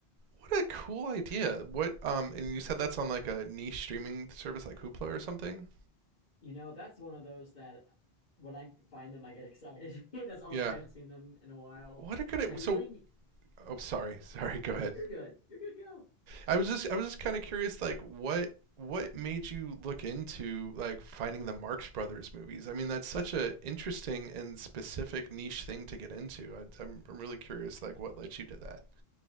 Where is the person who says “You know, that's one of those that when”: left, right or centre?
Left